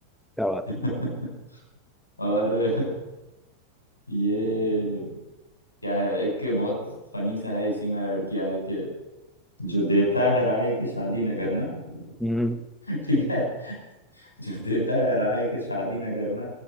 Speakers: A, in the centre; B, on the left.
A: क्या बात
B: <laughs>
A: है
B: और ये क्या है एक बहुत फनी सा है इसी में ऐड किया है कि जो देता है राय के शादी न करना <laughs>
A: हम्म
B: ठीक है जो देता है राय के शादी न करना